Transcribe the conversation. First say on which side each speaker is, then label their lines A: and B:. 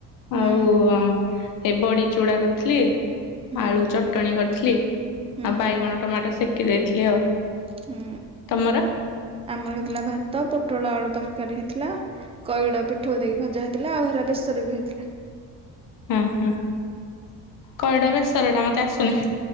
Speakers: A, on the right; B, on the left.
A: ହୁଁ
B: ଆଉ ଅଁ ଏ ବଡି ଚୁଡା କରିଥିଲି।
A: ହୁଁ
B: ଆଳୁ ଚଟଣି କରିଥିଲି
A: ହୁଁ
B: ଆଉ ବାଇଗଣ ଟମାଟୋ ସେକି ଦେଇଥିଲି ଆଉ।
A: ହୁଁ
B: ତମର
A: ଆମର ହେଇଥିଲା ଭାତ ପୋଟଳ ଆଳୁ ତରକାରୀ ହେଇଥିଲା। କରିଡ ପିଠଉ ଦେଇକି ଭଜା ହେଇଥିଲା ଆଉ ହେରା ବେସରରେ ବି ହେଇଥିଲା।
B: ଉଁ ହୁଁ କରିଡ ବେସରଟା ମତେ ଆସୁନି।